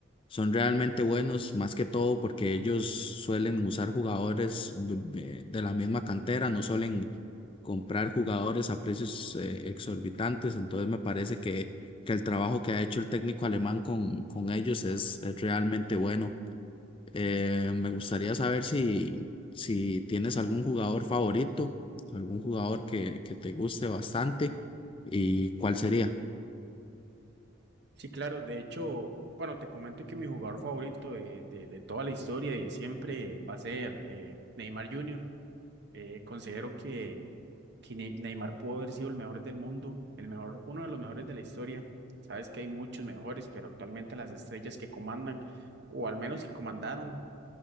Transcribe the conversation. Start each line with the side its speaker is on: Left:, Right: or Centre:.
Left: son realmente buenos, más que todo porque ellos suelen usar jugadores de de- de la misma cantera, no suelen comprar jugadores a precios eh, exorbitantes, entonces me parece que, que el trabajo que ha hecho el técnico alemán con, con ellos es, es realmente bueno. Eh, me gustaría saber si, si tienes algún jugador favorito, algún jugador que, que te guste bastante y cuál sería.
Right: Sí, claro, de hecho, bueno, te comento que mi jugador favorito de, de, de toda la historia y de siempre va a ser eh, Neymar Jr. Eh, considero que que Ne- Neymar pudo haber sido el mejor del mundo, el mejor, uno de los mejores de la historia. Sabes que hay muchos mejores, pero actualmente las estrellas que comandan, o al menos que comandaron